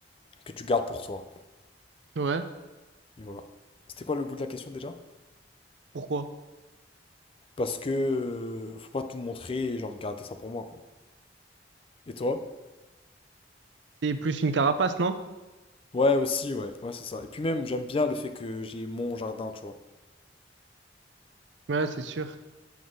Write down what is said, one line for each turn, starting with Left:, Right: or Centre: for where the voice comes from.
Left: que tu gardes pour toi.
Right: Ouais.
Left: Et voilà. C'était quoi le bout de la question déjà?
Right: Pourquoi?
Left: Parce que euh, faut pas tout montrer et genre garder ça pour moi, quoi. Et toi?
Right: C'est plus une carapace, non?
Left: Ouais, aussi, ouais. Ouais, c'est ça. Et puis même, j'aime bien le fait que j'ai mon jardin, tu vois.
Right: Ouais, c'est sûr.